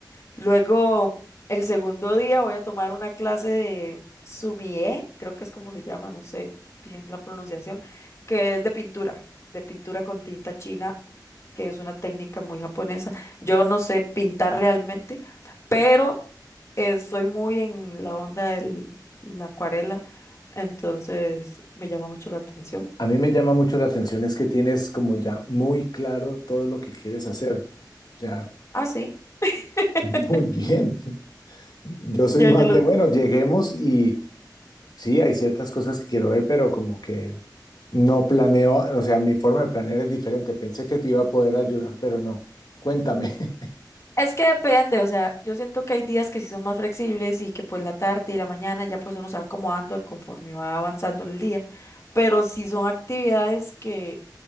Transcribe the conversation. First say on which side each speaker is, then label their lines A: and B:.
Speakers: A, on the left; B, on the left.
A: Luego, el segundo día voy a tomar una clase de sumie, creo que es como se llama, no sé bien la pronunciación, que es de pintura, de pintura con tinta china, que es una técnica muy japonesa. Yo no sé pintar realmente, pero estoy muy en la onda de la acuarela, entonces me llama mucho la atención.
B: A mí me llama mucho la atención es que tienes como ya muy claro todo lo que quieres hacer. Ya,
A: Ah, sí, <laughs>
B: <laughs> muy bien. Yo soy
A: ya
B: más
A: yo lo
B: de, bueno, lleguemos y, Sí, hay ciertas cosas que quiero ver, pero como que no planeo, o sea, mi forma de planear es diferente. Pensé que te iba a poder ayudar, pero no. Cuéntame. <laughs>
A: Es que depende, o sea, yo siento que hay días que sí son más flexibles y que pues la tarde y la mañana ya pues uno se va acomodando conforme va avanzando el día, pero sí son actividades que